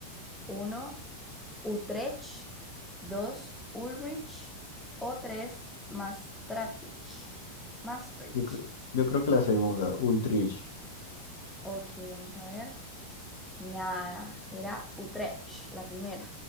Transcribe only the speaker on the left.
Yo creo, yo creo que la segunda, Ultrich.